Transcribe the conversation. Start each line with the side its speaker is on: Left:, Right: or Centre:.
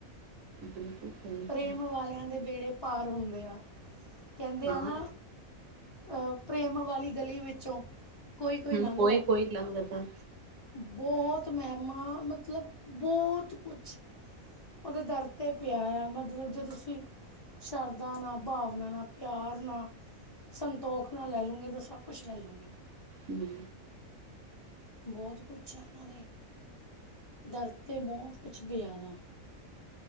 Right: ਬਿਲਕੁਲ ਸਹੀ। ਗੱਲ।
Left: ਪ੍ਰੇਮ ਵਾਲਿਆਂ ਦੇ, ਬੇੜੇ ਪਾਰ ਹੁੰਦੇ ਆ, ਕਹਿੰਦੇ
Right: ਹਾਂ
Left: ਆ ਨਾ। ਅਹ ਪ੍ਰੇਮ ਵਾਲੀ ਗਲੀ ਵਿੱਚੋਂ, ਕੋਈ -ਕੋਈ
Right: ਹੂੰ
Left: ਲੰਘਦਾ।
Right: ਕੋਈ ਲੰਘਦਾ
Left: ਬਹੁਤ ਮਹਿਮਾ ਮਤਲਬ, ਬਹੁਤ ਕੁਛ। ਉਹਦੇ ਦਰ ਤੇ ਪਿਆ ਆ ਮਤਲਬ, ਜਦੋਂ ਅਸੀਂ। ਸ਼ਰਧਾ ਨਾਲ, ਭਾਵਨਾ ਨਾਲ, ਪਿਆਰ ਨਾਲ। ਸੰਤੋਖ ਨਾਲ, ਲੈ ਲੂੰਗੇ ਤਾਂ, ਸਭ ਕੁਛ ਲੈ ਲੂੰਗੇ।
Right: ਹਮ।
Left: ਬਹੁਤ ਕੁਛ ਹੈ, ਉਹਨਾਂ ਦੇ ਦਰ ਤੇ, ਬਹੁਤ ਕੁਛ ਪਿਆ ਦਾ